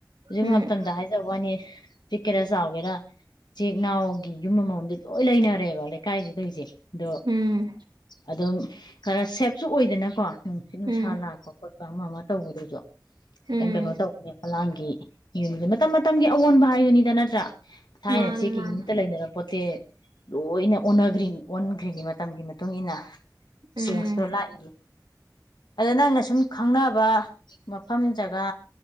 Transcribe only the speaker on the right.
ꯎꯝ
ꯎꯝ
ꯎꯝ
ꯎꯝ
ꯃꯥꯅꯦ
ꯃꯥꯅꯦ
ꯎꯝ